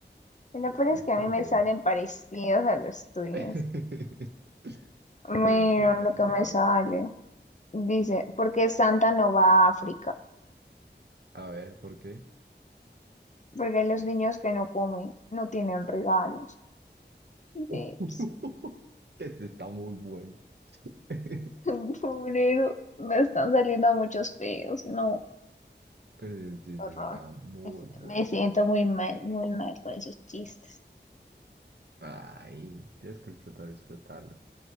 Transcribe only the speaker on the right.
Ah,
Está
bien.
<laughs> Ok,
sí,
vamos.
A ver, ¿por qué?
<laughs> Ese está muy bueno. <laughs>
Ese chiste
está muy
bueno.
Ay, tienes que disfrutar, disfrutarlo.